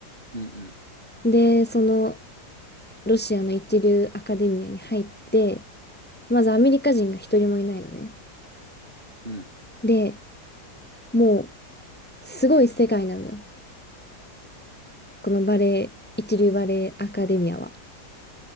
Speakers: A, on the right; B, in the centre.
A: うん。
B: で、そのロシアの一流アカデミアに入って、まずアメリカ人が一人もいないのね。
A: うん
B: で、もうすごい世界なのよ。このバレエ、一流バレエアカデミアは。